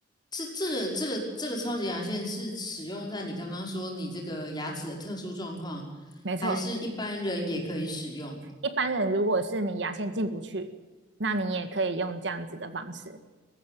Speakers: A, on the left (about 25°); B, on the right (about 70°).
A: 这这个这个这个超级牙线是使用在你刚刚说你这个牙齿的特殊状况，
B: 没错，
A: 还是一般人也可以使用？
B: 一般人如果是你牙线进不去，那你也可以用这样子的方式。